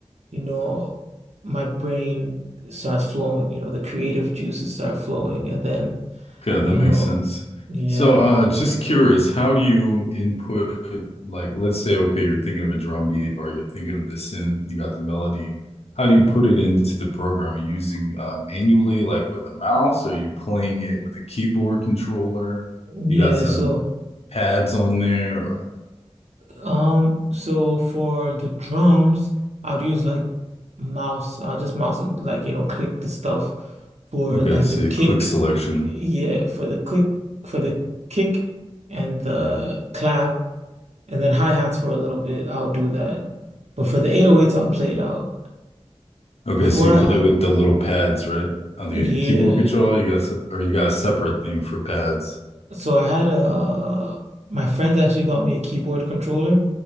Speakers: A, on the right; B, on the left.
A: you know, my brain starts flowing, you know, the creative juices start flowing and then,
B: Okay, that
A: you
B: makes
A: know,
B: sense.
A: yeah.
B: So uh just curious, how do you input like let's say okay, you're thinking of a drum beat or you're thinking of the synth, you got the melody. How do
A: Mhm.
B: you put it into the program? Are you using uh, manually like with a mouse? Are you playing it with a keyboard controller?
A: Yeah,
B: You got some
A: so
B: pads on there or
A: Um, so for the drums, I'd use like mouse. I'll just mouse and like, you know, click the stuff for
B: Okay,
A: like
B: so
A: the
B: you
A: kick.
B: click selection.
A: Yeah, for the click for the kick and the clap and then hi-hats for a little bit. I'll do that. But for the 808s, I'll play it out.
B: Okay,
A: Before
B: so you
A: I
B: play with the little pads, right? On the
A: yeah.
B: keyboard controller, you got se- or you got a separate thing for pads.
A: So I had a my friends actually got me a keyboard controller.